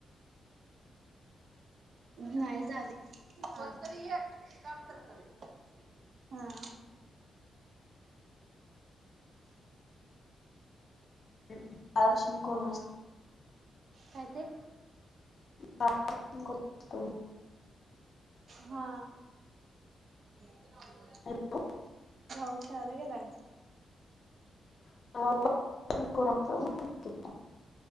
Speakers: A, on the right; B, on the left.
A: नाही झालंय बोल तर एक काम तर कर ये हा.
B: <unintelligible>
A: काय त?
B: <inaudible>
A: हा <inaudible>
B: हॅलो!
A: ओम शाळेला गेलाय.
B: <inaudible>